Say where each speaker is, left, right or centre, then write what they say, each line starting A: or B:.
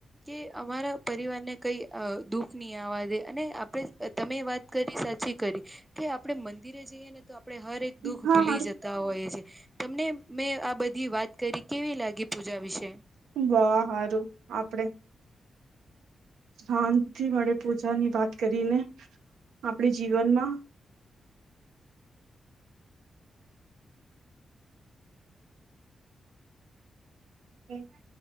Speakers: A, on the right; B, on the right.
A: કે અમારા પરિવાર ને કઈ અ દુઃખ નહી આવા દે અને આપણે તમે વાત કરી સાચી કરી કે આપણે મંદિરે જઈએ. આપણે હર એક દુઃખ
B: હા
A: ભૂલી
B: હારું
A: જતા હોઈએ છે તમને મે. બધી વાત કરી કેવી લાગી પૂજા વિશે.
B: વાહ હારું આપડે. શાંતિ મળે પૂજા ની વાત કરીને આપડે જીવનમાં
A: સારું થેન્ક યુ
B: ઓકે ન.